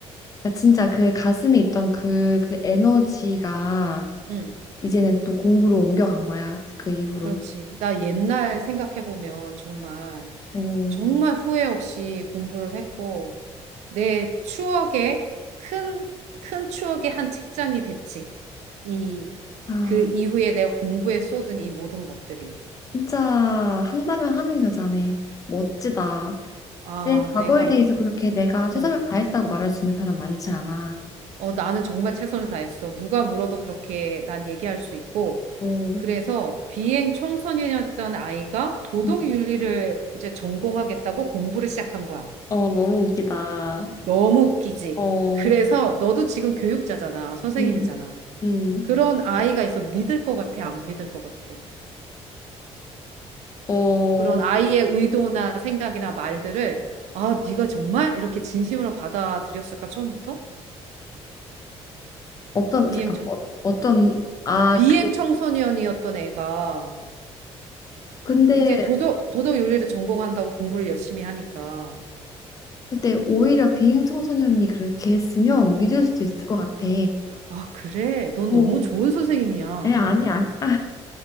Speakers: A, on the left (about 30°); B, on the right (about 75°).
A: 그러니까 진짜 그 가슴에 있던 그, 그 에너지가
B: 응,
A: 이제는 또 공부로 옮겨간 거야. 그 이후로.
B: 그렇지. 나 옛날 생각해보면 정말,
A: 어,
B: 정말 후회 없이 공부를 했고, 내 추억의 큰, 큰 추억의 한 책장이 됐지. 이,
A: 아,
B: 그 이후에 내가 공부에 쏟은 이 모든 것들이.
A: 진짜 한다면 하는 여자네. 멋지다.
B: 아,
A: 내 과거에
B: 내가,
A: 대해서 그렇게 내가
B: 어
A: 최선을 다했다고 말할 수 있는 사람 많지 않아.
B: 어, 나는 정말 최선을 다했어. 누가 물어도 그렇게 난 얘기할 수 있고.
A: 어,
B: 그래서 비행 청소년이었던 아이가 도덕
A: 음.
B: 윤리를 이제 전공하겠다고 공부를 시작한 거야.
A: 어, 너무 웃기다.
B: 너무 웃기지.
A: 어,
B: 그래서 너도 지금 교육자잖아. 선생님이잖아.
A: 음. 음,
B: 그런 아이가 있어. 믿을 것 같아? 안 믿을 것 같아?
A: 어,
B: 그런 아이의 의도나 생각이나 말들을 아, 네가 정말 이렇게 진심으로 받아들였을까? 처음부터?
A: 어떤,
B: 비행
A: 잠깐,
B: 청소
A: 어, 어떤, 아,
B: 비행
A: 그,
B: 청소년이었던 애가
A: 근데
B: 이제 도덕, 도덕 윤리를 전공한다고 공부를 열심히 하니까.
A: 근데 오히려 비행 청소년이 그렇게 했으면 믿을 수도 있을
B: 음.
A: 것 같아.
B: 아, 그래. 넌
A: 어,
B: 너무 좋은 선생님이야.
A: 에, 아니야. 아,